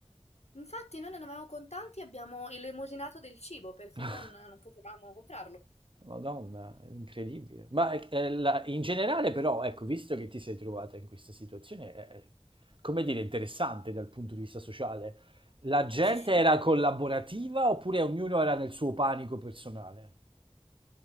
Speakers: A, on the left; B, on the right.
A: Infatti noi non avevamo contanti e abbiamo elemosinato del cibo perché
B: <laughs>
A: non, non potevamo comprarlo.
B: Madonna, è incredibile. Ma è- è la- in generale però, ecco, visto che ti sei trovata in questa situazione, è, è- come dire, interessante dal punto di vista sociale, la gente
A: Sì, sì.
B: era collaborativa oppure ognuno era nel suo panico personale?